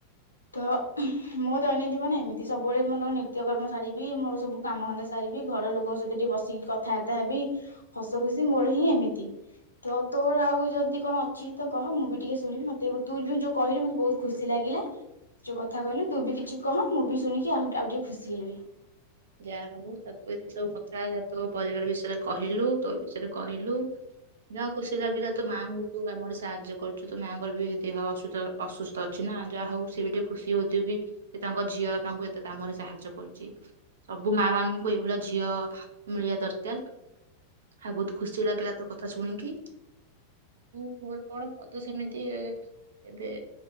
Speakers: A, on the left; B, on the right.
A: ତ ମୋ ଦୈନଜୀବନ ଏମିତି ସବୁବେଳେ ମୋର ନିତ୍ୟକର୍ମ ସାରିବି ମୋର ସବୁ କାମଧନ୍ଧା ସାରିବି ଘର ଲୋକଙ୍କ ସହିତ ଟିକେ ବସିକି କଥାବାର୍ତ୍ତା ହେବି। ହସ ଖୁସି ମୋର ହିଁ ଏମିତି ତ ତୋର ଆଉ ଯଦି କଣ ଅଛି ତ କହ ମୁଁ ବି ଟିକେ ଶୁଣିବି ମତେ ବି ତୁ ଯୋ ଯୋ ଯୋଉ କହିଲୁ ମତେ ବହୁତ ଖୁସି ଲାଗିଲା ଯୋଉ କଥା କହିଲୁ ତୁ ବି କିଛି କହ ମୁଁ ବି ଶୁଣିକି ଆହୁ ଆଉ ଟିକେ ଖୁସି ହେବି,
B: ଯାହା ହଉ ତତ ଏତିକି ସବୁ କଥା ହେ ତୋ ପରିବାର ବିଷୟରେ କହିଲୁ ତୋ ବିଷୟରେ କହିଲୁ ଯାହା ହୋଉ ଖୁସି ଲାଗିଲା ତୋ ମାଙ୍କୁ କୋଉ କାମ ରେ ସା ସାହାଯ୍ୟ କରୁଚୁ ତୋ ମାଆଙ୍କର ବି ଦେହ ଅସୁସ ଅସୁସ୍ଥ ଅଛି ନା ଯାହା ହଉ ସିଏ ବି ଟିକେ ଖୁସି ହଉଥିବେ ବି ଯେ ତାଙ୍କ ଝିଅ ତାଙ୍କୁ ଏତେ କାମରେ ସାହାଯ୍ୟ କରୁଚି। ସବୁ ମା ମାନଙ୍କୁ ଏଇଭଳିଆ ଝିଅ ମିଳିବା ଦରକାର ଆଉ ବହୁତ ଖୁସି ଲାଗିଲା ତୋ କଥା ଶୁଣିକି ମୁଁ ମୋର କଣ ମତେ ସେମିତି ଏବେ